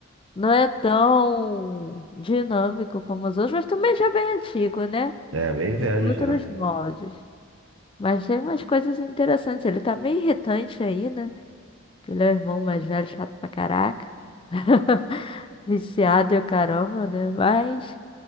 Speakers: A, on the left; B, on the right.
A: Não é tão dinâmico como os outros, mas também já é bem antigo, né?
B: É, bem velho
A: E tem outros
B: já.
A: moldes. Mas tem umas coisas interessantes. Ele tá meio irritante aí, né? Que ele é o irmão mais velho, chato pra caraca. <laughs> Viciado e o caramba, né? Mas